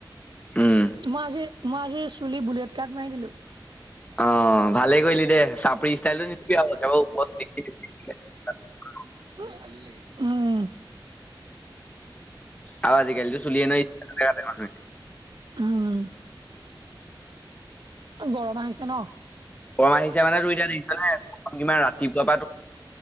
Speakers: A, on the left; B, on the right.
A: উম
B: মই আজি মই আজি চুলি বুলেট কাট মাৰি দিলো।
A: অ ভালেই কৰিলি দে চাপৰি ষ্টাইলটো <unintelligible>
B: ভাল ল উম।
A: আৰু আজিকালিতো চুলিয়ে ন ইষ্টাৰ কাটে মানুহে
B: উম গৰম আহিছে ন।
A: কম আহিছে মানে তু এতিয়া দেখিছহে ইমান ৰাতিপুৱা পৰা